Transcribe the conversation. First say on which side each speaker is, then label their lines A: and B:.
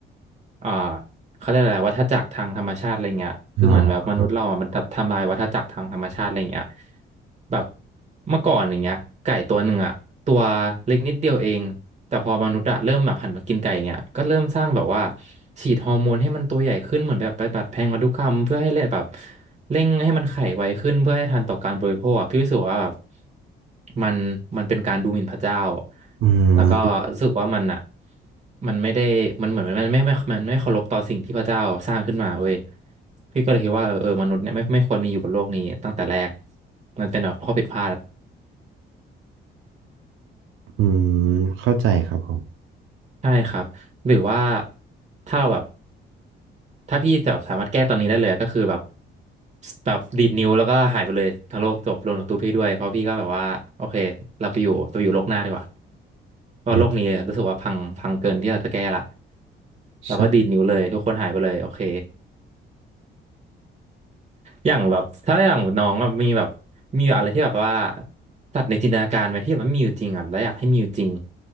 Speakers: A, on the right (about 35°); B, on the right (about 85°).
A: เอ่อเขาเรียกอะไรวัฏจักรทางธรรมชาติอะไรเงี้ยคือเหมือนแบบมนุษย์เราอ่ะมันทำทำลายวัฏจักรทางธรรมชาติอะไรเงี้ย
B: อ่า
A: แบบเมื่อก่อนอย่างเงี้ยไก่ตัวหนึ่งอ่ะตัวเล็กนิดเดียวเองแต่พอมนุษย์อะเริ่มแบบหันมากินไก่อย่างเงี้ยก็เริ่มสร้างแบบว่าฉีดฮอร์โมนให้มันตัวใหญ่ขึ้นเหมือนแบบไปดัดแปลงพันธุกรรมเพื่อให้เลยแบบ เร่งให้มันไขไวขึ้นเพื่อให้ทันต่อการบริโภคอะพี่รู้สึกว่าแบบมันมันเป็นการดูหมิ่นพระเจ้า
B: อืม
A: แล้วก็รู้สึกว่ามันอ่ะมันไม่ได้มันเหมือนมันไม่ไม่มันไม่เคารพต่อสิ่งที่พระเจ้าสร้างขึ้นมาเว้ยพี่ก็เลยคิดว่าเออเออมนุษย์เนี่ยไม่ไม่ควรมีอยู่บนโลกนี้ตั้งแต่แรกมันเป็นแบบข้อผิดพลาด
B: อืมเข้าใจครับผม
A: ใช่ครับหรือว่าถ้าเราแบบ ถ้าพี่แบบสามารถแก้ตอนนี้ได้เลยก็คือแบบแบบดีดนิ้วแล้วก็หายไปเลยทั้งโลกจบรวมถึงตัวพี่ด้วยเพราะพี่ก็แบบว่าโอเคเราไปอยู่เราอยู่โลกหน้าดีกว่าเพราะโลกนี้รู้สึกว่าพังพังเกินที่เราจะแก้ละ
B: อืม
A: เราก็ดีดนิ้วเลยทุกคนหายไปเลยโอเค
B: ใช่
A: อย่างแบบถ้าอย่างน้องอะมีแบบมีอะไรที่แบบว่าสัตว์ในจินตนาการไหมที่แบบไม่มีอยู่จริงอ่ะแล้วอยากให้มีอยู่จริง